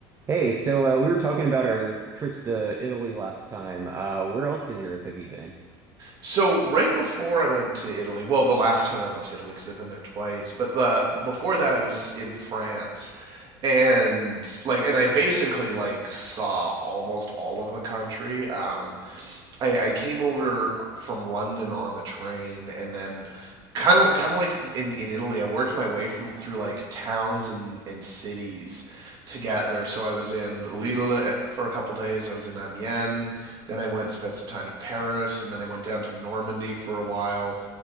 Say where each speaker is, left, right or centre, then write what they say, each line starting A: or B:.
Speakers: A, on the right (about 25°); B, on the right (about 40°).
A: Hey, so uh, we were talking about our trips to Italy last time. Uh, where else in Europe have you been?
B: So right before I went to Italy, well, the last time I went to Italy because I've been there twice, but uh, before that I was in France, and like, and I basically like saw almost all of the country. Um, I, I came over from London on the train, and then kind of kind of like in in Italy, I worked my way from through like towns and and cities to get there. So I was in Lille uh, for a couple days. I was in Amiens. Then I went and spent some time in Paris, and then I went down to Normandy for a while.